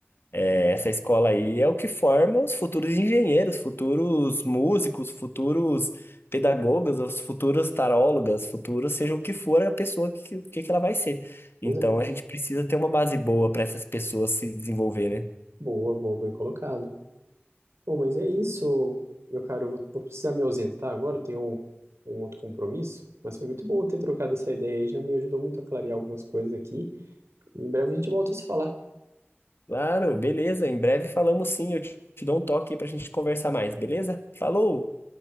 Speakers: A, on the left; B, on the right.
A: É, essa escola aí é o que forma os futuros engenheiros, futuros músicos, futuros pedagogas, os futuros tarólogas, futuros, seja o que for a pessoa que, que, que ela vai ser.
B: Pois
A: Então
B: é.
A: a gente precisa ter uma base boa para essas pessoas se desenvolver, né?
B: Boa, boa, bem colocado. Bom, mas é isso, meu caro. Eu vou, vou precisar me ausentar agora, eu tenho um, um outro compromisso. Mas foi muito bom ter trocado essa ideia aí, já me ajudou muito a clarear algumas coisas aqui. Em breve a gente volta a se falar.
A: Claro, beleza. Em breve falamos sim. Eu te, te dou um toque aí para a gente conversar mais, beleza? Falou!